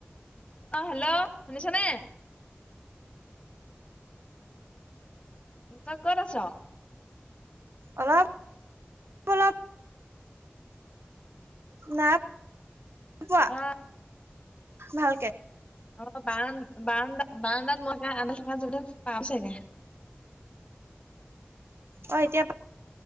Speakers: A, on the left (about 30°); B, on the right (about 85°).
A: অ' হেল্ল' শুনিছা নে? তই কত আছো?
B: অলপ-অলপ নাপ পোৱা
A: অ
B: ভালকে
A: অ', বাৰন-বান্দা বাৰডাত মই <unintelligible> আন থকা <unintelligible> য পাম চাগে
B: অ', এতিয়া <unintelligible>